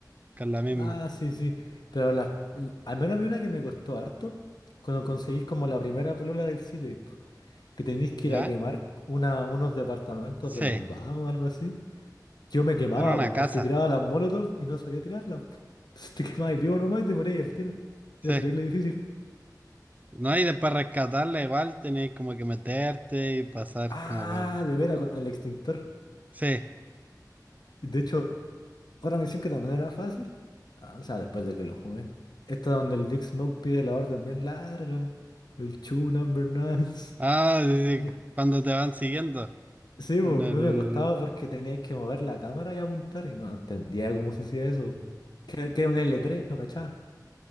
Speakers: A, on the right (about 20°); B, on the left (about 75°).
A: con la misma.
B: Ah, sí, sí. Pero las- l- al menos a mí una que me costó harto, cuando conseguís como la primera polola del CJ, po, que tenéis que
A: ¿Ya?
B: ir a quemar una, unos departamentos
A: Sí.
B: de los vagos o algo así. Yo me quemaba,
A: Era una
B: pues,
A: casa.
B: porque tiraba las molotov y no sabía tirarlas, po. Entonces te quemabas vivo nomás y te morías al tiro.
A: Sí.
B: Era terrible difícil.
A: No, y después rescatarla igual tenéis como que meterte y pasar
B: Ah,
A: como por...
B: de veras, con el extintor.
A: Sí.
B: De hecho, Otra misión que también era fácil. ah, o sea, después de que lo jugué. Esta donde el Big Smoke pide la orden bien larga. El Chu Number Nine.
A: Ah, sí,
B: <laughs>
A: sí, cuando te van siguiendo.
B: Sí, po,
A: En el...
B: a mí me costaba porque teníais que mover la cámara y apuntar y no entendía cómo se hacía eso. Que, que era un l tres no cachaba.